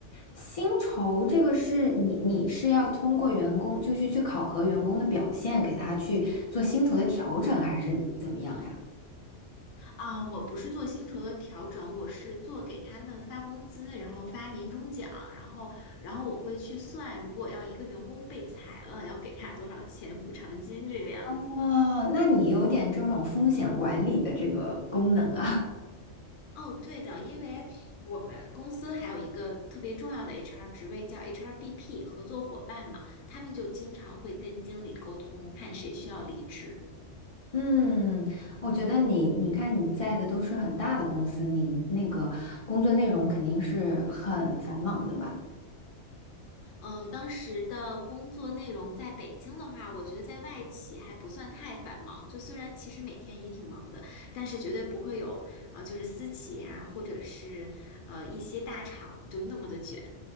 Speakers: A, on the left (about 55°); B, on the left (about 80°).
A: 薪酬这个是你你是要通过员工，就是去考核员工的表现，给他去做薪酬的调整，还是怎么样呀？
B: 啊，我不是做薪酬的调整，我是做给他们发工资，然后发年终奖，然后，然后我会去算，如果要一个员工被裁了，要给他多少钱补偿金这个样子。
A: 哦，那你有点这种风险管理的这个功能啊。
B: 哦，对的，因为我们公司还有一个特别重要的 HR 职位叫 HRBP 合作伙伴嘛，他们就经常会跟经理沟通，看谁需要离职。
A: 嗯，我觉得你，你看你在的都是很大的公司，你那个工作内容肯定是很繁忙的吧？
B: 嗯，当时的工作内容在北京的话，我觉得在外企还不算太繁忙。就虽然其实每天也挺忙的，但是绝对不会有呃，就是私企啊，或者是呃一些大厂就那么的卷。